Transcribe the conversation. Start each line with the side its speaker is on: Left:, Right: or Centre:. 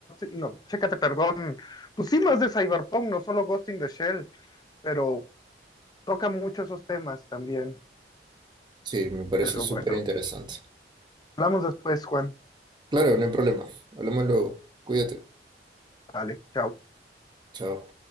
Left: No, chécate, perdón. Pues sí, más de Cyberpunk, no solo Ghost in the Shell, pero toca mucho esos temas también.
Right: Sí, me parece
Left: Pero
Right: súper
Left: bueno,
Right: interesante.
Left: hablamos después, Juan.
Right: Claro, no hay problema. Hablamos luego. Cuídate.
Left: Vale, chao.
Right: Chao.